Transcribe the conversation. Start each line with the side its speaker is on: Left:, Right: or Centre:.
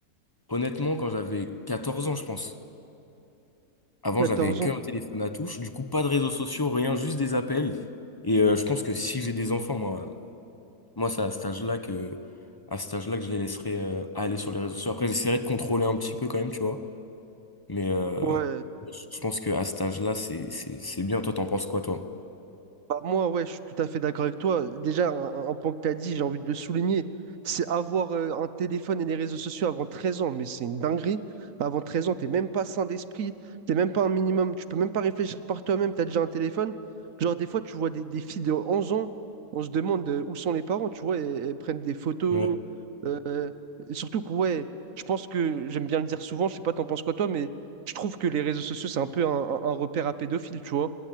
Left: honnêtement, quand j'avais 14 ans, je pense. Avant,
Right: quatorze
Left: j'avais qu'un
Right: ans.
Left: téléphone à touche. Du coup, pas de réseaux sociaux, rien, juste des appels. Et euh, je pense que si j'ai des enfants, moi, moi c'est à cet âge-là que, à cet âge-là que je les laisserai euh, aller sur les réseaux sociaux. Après, j'essaierai de contrôler un petit peu quand même, tu vois. Mais euh,
Right: Ouais,
Left: je pense qu'à cet âge-là, c'est, c'est, c'est bien. Toi, t'en penses quoi, toi?
Right: Bah, moi, ouais, je suis tout à fait d'accord avec toi. Déjà, un, un point que tu as dit, j'ai envie de le souligner, c'est avoir euh, un téléphone et les réseaux sociaux avant 13 ans, mais c'est une dinguerie. Avant 13 ans, t'es même pas sain d'esprit, t'es même pas un minimum, tu peux même pas réfléchir par toi-même, tu as déjà un téléphone. Genre, des fois, tu vois des, des filles de 11 ans, on se demande euh, où sont les parents, tu vois, elles, elles prennent des photos.
Left: Ouais.
Right: euh, euh, et surtout que, ouais, je pense que, j'aime bien le dire souvent, je sais pas, t'en penses quoi toi, mais je trouve que les réseaux sociaux, c'est un peu un, un un repère à pédophiles, tu vois.